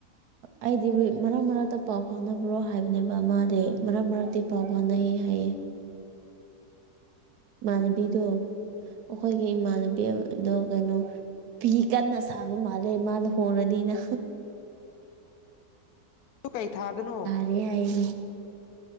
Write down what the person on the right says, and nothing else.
ꯑꯩꯗꯤ ꯃꯔꯛ ꯃꯔꯛꯇ ꯄꯥꯎ ꯐꯥꯅꯕ꯭ꯔꯣ ꯍꯥꯏꯕꯅꯦꯕ ꯃꯥꯗꯤ ꯃꯔꯛ ꯃꯔꯛꯇ ꯄꯥꯎ ꯐꯥꯅꯩ ꯍꯥꯏꯌꯦ ꯏꯃꯥꯟꯅꯕꯤꯗꯣ ꯑꯩꯈꯣꯏꯒꯤ ꯏꯃꯥꯟꯅꯕꯤꯗꯣ ꯀꯩꯅꯣ ꯐꯤ ꯀꯟꯅ ꯁꯥꯕ ꯃꯥꯜꯂꯦ ꯃꯥ ꯂꫭꯍꯣꯡꯉꯅꯤꯅ
ꯑꯗꯨꯔꯤ ꯌꯥꯏꯅꯤ